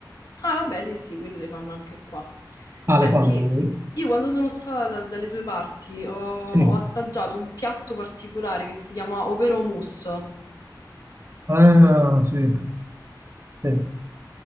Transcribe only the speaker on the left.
Ah, vabbè, sì, sì, quelli le fanno anche qua.
Senti,
io quando sono stata da- dalle tue parti ho, ho
assaggiato un piatto particolare che si chiama Overo Mousse.